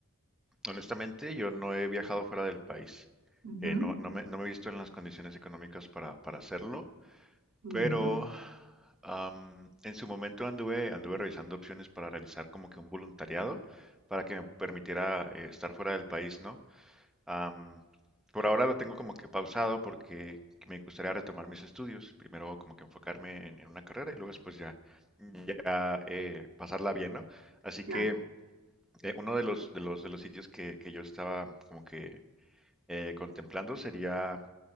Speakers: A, in the centre; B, on the right.
A: Honestamente, yo no he viajado fuera del país.
B: Ujú,
A: Eh, no, no me, no me he visto en las condiciones económicas para, para hacerlo,
B: ya,
A: pero
B: ¿no?
A: am, en su momento anduve, anduve revisando opciones para realizar como que un voluntariado para que me permitiera eh, estar fuera del país, ¿no? Am, por ahora lo tengo como que pausado porque me gustaría retomar mis estudios. Primero como que enfocarme en, en una carrera y luego después ya, ya eh, pasarla bien, ¿no? Así
B: Claro.
A: que eh, uno de los, de los, de los sitios que, que yo estaba como que eh, contemplando sería,